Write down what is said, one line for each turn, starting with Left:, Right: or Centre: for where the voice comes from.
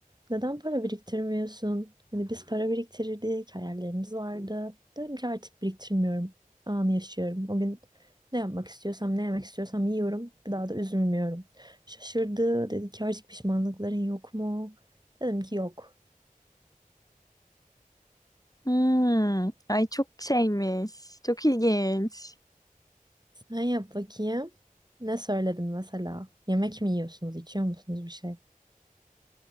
Right: neden para biriktirmiyorsun? Hani biz para biriktirirdik, hayallerimiz vardı. Dedim ki artık biriktirmiyorum. Anı yaşıyorum. O gün ne yapmak istiyorsam, ne yemek istiyorsam yiyorum. Bir daha da üzülmüyorum. Şaşırdı. Dedi ki artık pişmanlıkların yok mu? Dedim ki yok.
Left: Hmm. Ay çok şeymiş. Çok ilginç.
Right: Sen yap bakayım. Ne söyledin mesela? Yemek mi yiyorsunuz, içiyor musunuz bir şey?